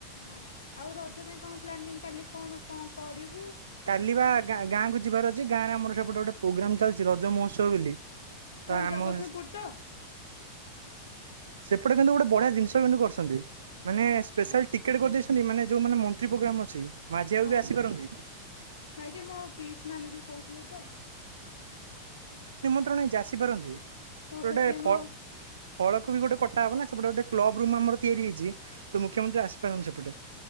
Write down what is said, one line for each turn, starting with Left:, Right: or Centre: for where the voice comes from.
Left: ହଁ ଆଉ ରଜ ପାଇଁ କଣ ପ୍ଲାନିଂ କାଲି କଣ ଣ କରିିବ-
Right: କାଲି ବା ଗାଁକୁ ଯ ଯିବାର ଅଛି ଗାଁରେ ଆମର ସେପଟେ ଗୋଟେ ପୋଗ୍ରାମ ଚାଲିଛି ରଜ ମହୋତ୍ସବ ବୋଲି ତ
Left: କୋଉଠି
Right: ଆମ
Left: ଜଗତସିଂହପୁର
Right: ହଁ
Left: ତ,
Right: ସେପଟେ କିନ୍ତୁ ଗୋଟେ ବଢିଆ ଜିନିଷ କିନ୍ତୁ କରିଛନ୍ତି ମାନେ
Left: ହଁ
Right: ସ୍ପେଶାଲ ଟିକେଟ୍ କରିଦେଇଛନ୍ତି ମାନେ ଯୋଉ ମାନ ମନ୍ତ୍ରୀ ପୋଗ୍ରାମ ଅଛି ମାଝି ବାବୁ
Left: ହଁ।
Right: ବି ଆସିପାରନ୍ତି,
Left: ନାଇଁ ଯେ ମୋ ପିଇସ୍ ନାନୀ ବି କହୁଥିଲେ ତ,
Right: ଆସି ପାରନ୍ତି
Left: ଓ
Right: ଗୋଟେ
Left: ସେଥିପାଇଁ
Right: ଫ
Left: ମୋ
Right: ଫଳକୁ ବି ଗୋଟେ କଟା ହବ ନା ସେପଟେ ଗୋଟେ କ୍ଲବ ରୁ ଆମର ତିଆରି ହେଇଛି ତ ମୁଖ୍ୟମନ୍ତ୍ରୀ ଆସିପାରନ୍ତି ସେପଟେ,